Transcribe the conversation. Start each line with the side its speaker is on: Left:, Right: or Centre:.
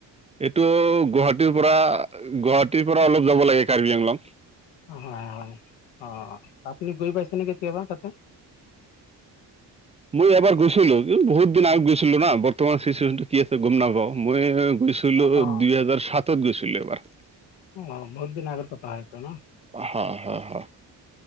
Right: এইটো গুৱাহাটীৰ পৰা গুৱাহাটীৰ পৰা অলপ যাব লাগে। কাৰ্বি আংলং
Left: হয়, হয়, অ। তাত তুমি গৈ পাইছা নে কেতিয়াবা তাতে
Right: মই এবাৰ গৈছিলোঁ বহুত দিন আগত গৈছিলোঁ না বৰ্তমান চিচুৱেশ্যনটো কি আছে গম নাপাওঁ মই গৈছিলো
Left: অ অ
Right: দুই হাজাৰ সাতত গৈছিলো এবাৰ
Left: অ বহুত দিন আগাৰ <unintelligible>
Right: হা হা হা